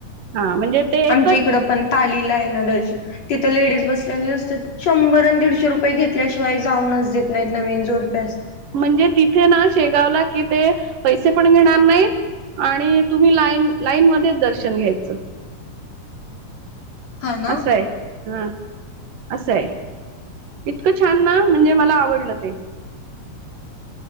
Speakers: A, on the right (about 75°); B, on the left (about 50°).
A: हा म्हणजे ते एकच
B: आमच्या इकड पण त तिथ लेडीज बसलेलं असत्यात शंभर आणि दीडशे रुपये घेतल्याशिवाय जाऊन देत नाहीनवीन जोडपी
A: म्हणजे तिथे ना शेगावला कि ते पैसे पण घेणार नाहीत आणि तुम्ही लाईन लाईन मध्येच दर्शन घ्यायचं
B: हा ना
A: असंय हा असं आहे इतकं छान ना म्हणजे मला आवडलं ते